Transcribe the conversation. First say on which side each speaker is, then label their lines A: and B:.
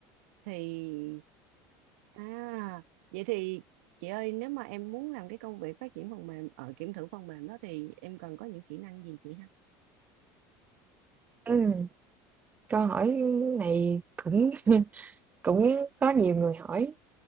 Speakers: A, on the right (about 80°); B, on the right (about 20°).
A: thì à vậy thì chị ơi nếu mà em muốn làm cái công việc phát triển phần mềm ở kiểm thử phần mềm đó thì em cần có những kỹ năng gì chị ha?
B: Ừm, câu hỏi này cũng <laughs> Cũng có nhiều người hỏi,